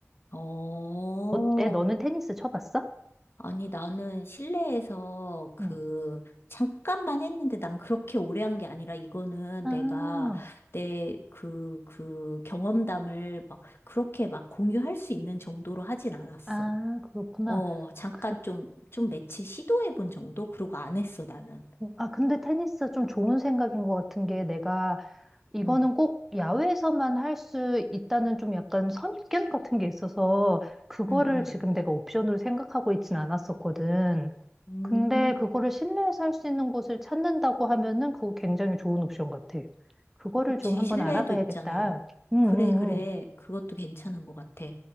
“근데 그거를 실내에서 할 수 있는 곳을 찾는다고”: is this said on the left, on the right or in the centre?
Centre